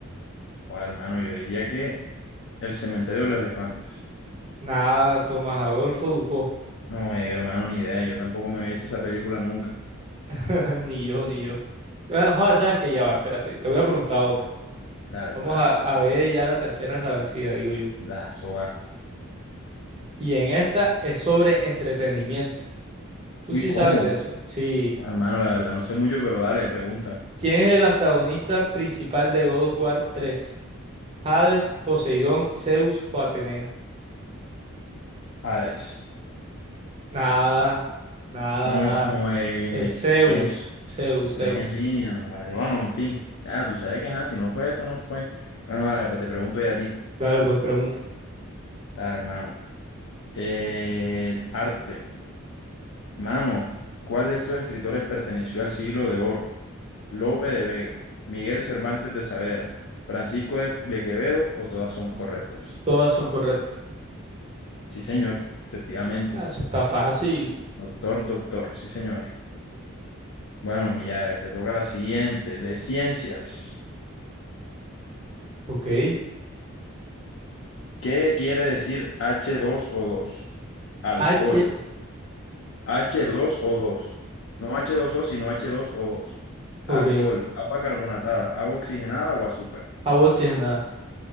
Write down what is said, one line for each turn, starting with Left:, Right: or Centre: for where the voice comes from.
Left: Oh, hermano, yo diría que el cementerio de los elefantes.
Right: Nada, Tomás Adolfo Ducó.
Left: No, eh, hermano, ni idea. Yo tampoco me he visto esa película nunca.
Right: <laughs> Ni yo, ni yo. Ah, Joder, sabes que ya va, espérate, te voy a preguntar otra.
Left: Dale,
Right: Vamos
Left: pues, dale,
Right: a, a
Left: dale.
Right: ver, ya la tercera es la vencida, digo yo.
Left: Da, eso va.
Right: Y en esta es sobre entretenimiento. Tú
Left: Uy,
Right: sí
Left: ¿cómo?
Right: sabes de eso. Sí.
Left: Bueno, hermano, la verdad, no sé mucho, pero dale, pregunta.
Right: ¿Quién es el antagonista principal de God of War 3? ¿Hades, Poseidón, Zeus o Atenea?
Left: Hades.
Right: Nada, nada,
Left: No,
Right: nada.
Left: como eh,
Right: Es Zeus,
Left: tres,
Right: Zeus,
Left: tres
Right: Zeus.
Left: en línea. Vale, bueno, en fin. Ya, tú sabes que ajá, si no fue esta, no fue. Bueno, vale, pues te pregunto ya a ti.
Right: Dale, pues pregunta.
Left: Dale, hermano. Eh, arte. Mano, ¿cuál de estos escritores perteneció al siglo de oro? Lope de Vega, Miguel Cervantes de Saavedra, Francisco de, de Quevedo o todas son correctas.
Right: Todas son correctas.
Left: Sí, señor, efectivamente.
Right: Ah, Eso está fácil.
Left: Doctor, doctor, sí, señor. Bueno, mi llave, te toca la siguiente, de ciencias.
Right: Ok.
Left: ¿Qué quiere decir h dos o dos? Alcohol.
Right: H,
Left: h dos o dos. No h dos o sino h dos o dos. Alcohol,
Right: ok.
Left: agua carbonatada, agua oxigenada o azúcar.
Right: Agua oxigenada.